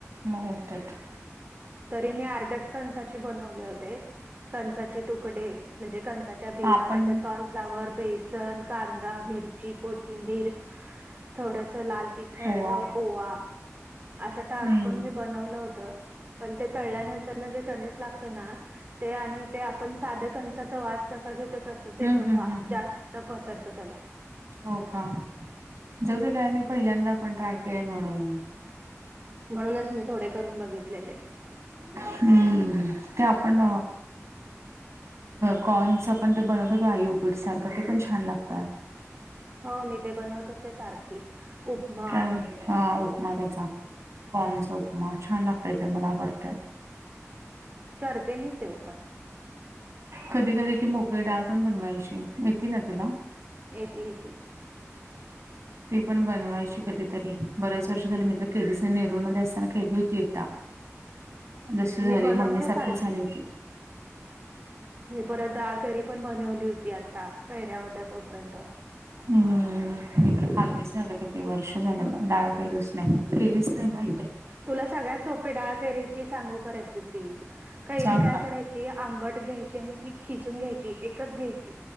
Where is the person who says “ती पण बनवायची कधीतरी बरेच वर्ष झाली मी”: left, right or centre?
Right